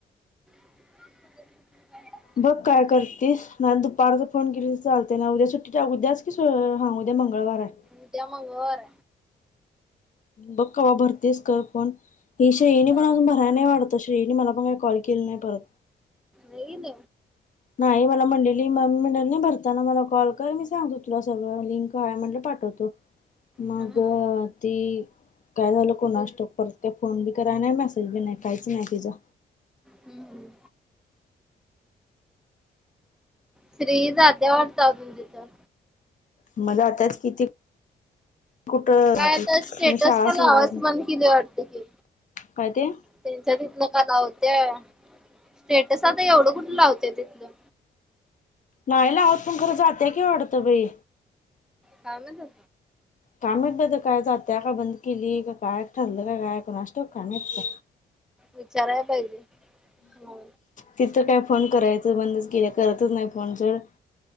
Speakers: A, in the centre; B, on the left.
A: ह
B: बघ काय करतीस नाय दुपारचा फोन केली तर चालतेय नाय उद्या सुट्टी उद्यास की हां उद्या मंगळवार आहे.
A: उद्या मंगळवार
B: बघ कवा भरतीच कर फोन ण ही शयनी
A: हा
B: पण अजून भर काय नाही वाढत शेयणी मला पण काही कॉल केले नाही परत
A: अ ईन..
B: नाही मला म्हलेली मी म्हंली नाही भरताना मला कॉल कर मी सांगतो तुला सगळं लिंक आहे म्हणलं पाठवते. मग
A: हम्म
B: ती काय झालं कोणा स्टॉक परत काय फोन बी कराय नाही मेसेज बी नाही काहीच नाही तिचां
A: हम्म श्रियी जात्या वाटत अजून तिथं
B: मग जात्याचं की आताच किती कुठं
A: काय
B: म
A: आता स्टेटस
B: मी शाळा
A: पण लावायच
B: सोडायचं
A: बंद केली वाटते की.
B: काय तेे?
A: त्यांच्या तिथंन का लावत्या स्टेटस आता एवढं कुठ लावते तिथंन
B: नाही लावत आहोत पण खरं जातय की वाटतं बाई
A: कामचं
B: काम माहित आहेत ब कायच जात्या का बंद केली का काय ठरलं का काय कोणास ठाऊक असतं काम आहेत.
A: विचारायला पाहिजे. हो
B: ति तर काय फोन करायचं बंदच केल्या करतच नाही फोन सोड